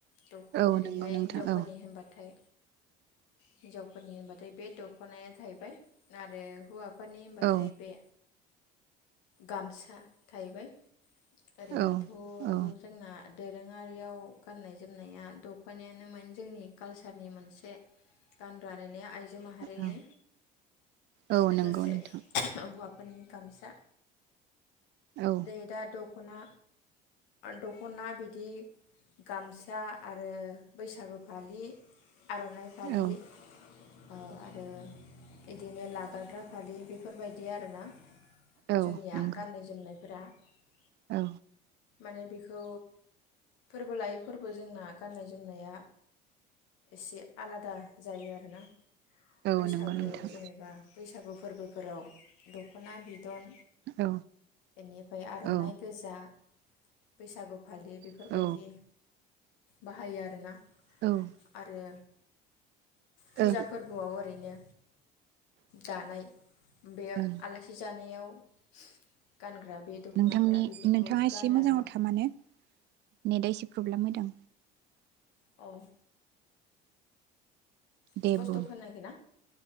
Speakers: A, on the left; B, on the right.
A: दख'
B: औ
A: जेरैहाय
B: नंगौ नोंथां
A: हिनजावफोरनि
B: औ
A: होनबाथाय हिनजावफोरनि होनबाथाय बे दखनाया जाहैबाय आरो हौवा फोरनि हबाथाय
B: औ
A: बे गामसा थाहैबाय ओरैनोथ'
B: औ औ
A: दोरोङारियाव गान्नाय जोमनाया दख'नायानो मोन जोंनि कालसारनि मोनसे गानग्रा नुनाय आइ जो माहारिनि
B: औ औ
A: लोगोसे
B: नंगौ नोंथां
A: हौवा फोरनि गामसा
B: औ
A: दे दा द दख'ना दख'ना बिदि गामसा आरो बैसागु फालि आर'नाइ फालि
B: औ
A: औ आरो इदिनो लाबायग्रा फालि बेफोरबायदि आरोना।
B: औ
A: जोंनिया
B: नंगौ
A: गाननाय जोमनाय <unintelligible>
B: औ
A: माने बेखौ फोरबो लायै फोरबो जोंना गाननाय जोमनाया एसे आलादा जायो आरोना
B: औ
A: बैसागु
B: नंगौ नोंथां
A: जेनेबा बैसागु फोरबोफोराव दख'ना बि दन
B: औ
A: बेनिफ्राय आर'नाइ
B: औ
A: गोजा। बैसागु फालि बेफोरबायदि
B: औ
A: बाहायो आरोना
B: ओं
A: आरो फुजा
B: ओं
A: फोरबोआव ओरैनो दानाय बे
B: औ
A: आलासि जानायाव <unintelligible> गानग्रा बे दख'नाफोरा
B: नोंथांनि
A: बेफोरखौ
B: नोंथाङा एसे
A: गानो
B: मोजाङाव
A: आरो
B: था माने नेटआ एसे प्रब्लेम होदों।
A: औ
B: दे
A: स्पस्त'
B: बुं
A: खोनायाखै ना?